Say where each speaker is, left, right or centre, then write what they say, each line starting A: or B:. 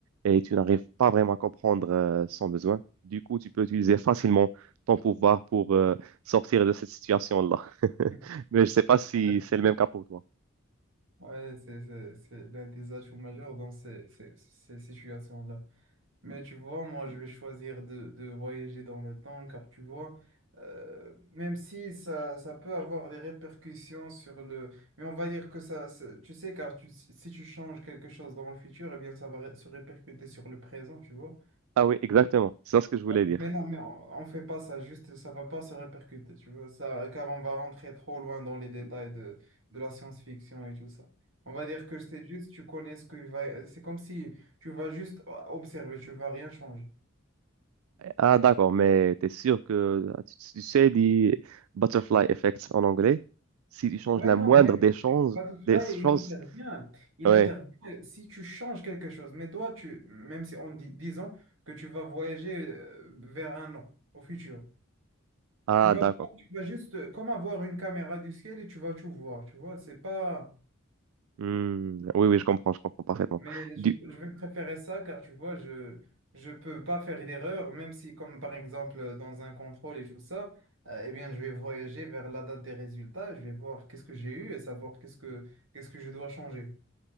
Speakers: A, on the right; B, on the right.
A: et tu n'arrives pas vraiment à comprendre euh, son besoin. Du coup, tu peux utiliser facilement ton pouvoir pour euh, sortir de cette situation-là. <laughs>
B: <laughs>
A: Mais je ne sais pas si
B: Ouais,
A: c'est le même cas pour toi.
B: ouais, c'est c'est- c'est l'un des atouts majeurs dans ces, ces, ces situations-là. Mais tu vois, moi, je vais choisir de, de voyager dans le temps, car tu vois, euh, même si ça, ça peut avoir des répercussions sur le... Mais on va dire que ça, ça- tu sais, car tu, si si tu changes quelque chose dans le futur, eh bien, ça va ré- se répercuter sur le présent, tu vois.
A: Ah oui, exactement. C'est ça ce que je voulais
B: Ouais,
A: dire.
B: Mais non, mais on, on fait pas ça, juste, ça va pas se répercuter, tu vois, ça, car on va rentrer trop loin dans les détails de, de la science-fiction et tout ça. On va dire que c'est juste, tu connais ce qu'il va... C'est comme si tu vas juste observer, tu vas rien changer.
A: Ah, d'accord, mais t'es sûr que ah, tu, tu sais les butterfly effects en anglais? Si tu changes
B: Ouais,
A: la
B: non,
A: moindre
B: mais
A: des choses,
B: pas tout cela,
A: des choses,
B: il intervient. Il
A: ouais.
B: intervient si tu changes quelque chose. Mais toi, tu, même si on dit, disons que tu vas voyager euh, vers un an au futur,
A: Ah,
B: tu vas,
A: d'accord.
B: tu vas juste euh, comme avoir une caméra du ciel et tu vas tout voir. Tu vois, c'est pas.
A: Hmm, Oui, oui, je comprends, je comprends parfaitement.
B: Mais
A: Du,
B: je, je vais préférer ça car tu vois, je je peux pas faire une erreur, même si comme par exemple euh, dans un contrôle et tout ça, euh, eh bien je vais voyager vers la date des résultats, je vais voir qu'est-ce que j'ai eu et savoir qu'est-ce que qu'est-ce que je dois changer.